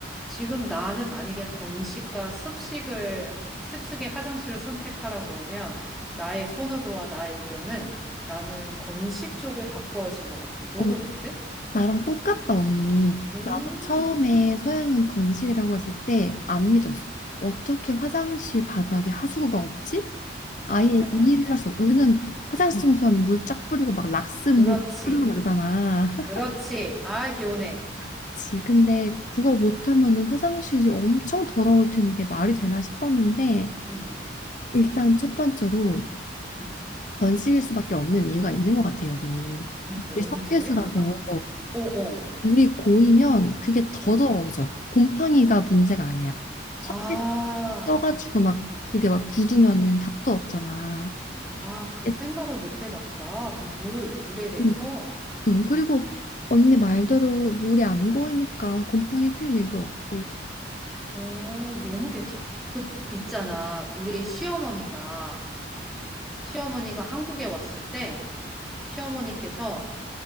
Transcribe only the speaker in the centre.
지금 나는 만약에 건식과 습식을 습식의 화장실을 선택하라 그러면 나의 선호도와 나의 의견은 나는 건식 쪽에 가까워진 것 같아. 너는
어때?
음,
음,
맞아,
맞아.
그렇지.
그렇지. 아, 개운해.
음,
음.
뭔데?
나, 어, 어,
어.
아,
아, 그
생각을 못 해봤다. 그 물, 물에 대해서.
오, 너무 괜찮아. 그, 있잖아. 우리 시어머니가, 시어머니가 한국에 왔을 때, 시어머니께서